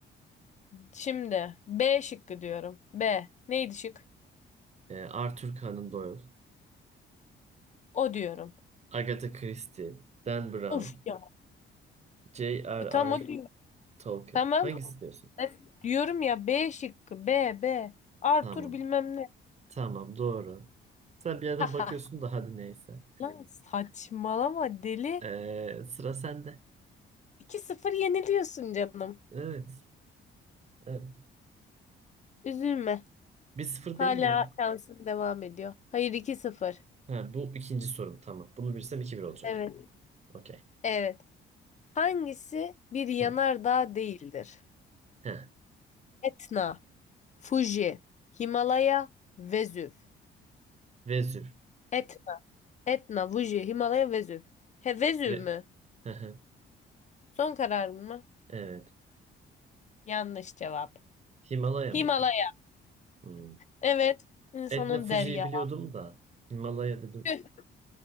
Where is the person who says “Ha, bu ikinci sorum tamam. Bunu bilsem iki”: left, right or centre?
Right